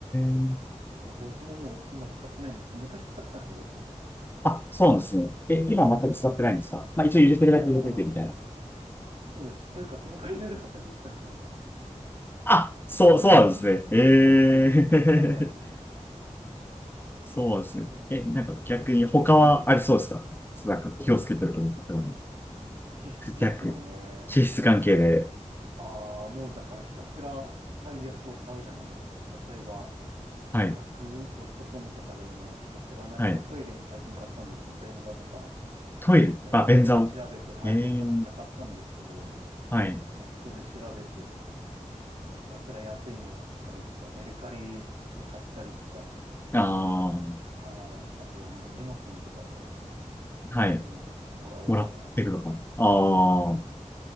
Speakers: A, on the left (about 15°); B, on the right (about 65°).
A: ー、
B: いや、僕ももう今使ってないんですけど、昔使ってたんですよ、結構。
A: あ、そうなんですね。え、今は全く使ってないんですかまあ一応入れてるだけ入れててみたいな。
B: うんそうなんですよ。そうです。というか、その会社で働いてたんです、昔。
A: あ、そう、
B: <laughs>
A: そうなんですね。えー。
B: そうです、そうです。はい。
A: そうですね。
B: そうですね。
A: え、なんか逆に他はありそうですかなんか気をつけてることとか。
B: はい。支出ですよね。
A: 逆。脂質関係で。
B: ああ、もうだからひたすら最安を買うじゃないですか。例えば、
A: はい。
B: 価格 .com とかでもひたすら何かトイレ最近買ったんですけど、
A: はい。
B: 便座とか、
A: トイレ。
B: ネットで調べて、
A: あ、便座を。
B: はい、
A: ええ
B: 便座の蓋買ったんですけど、
A: はい。
B: ネットで調べて、もうひたすら安いのを買ったりとか、メルカリで買ったりとか、
A: ああ、
B: はい。あとは、なんか、ジモティーとかで
A: はい。
B: もう、もらうとか。
A: もらってくのか。ああ、
B: うん。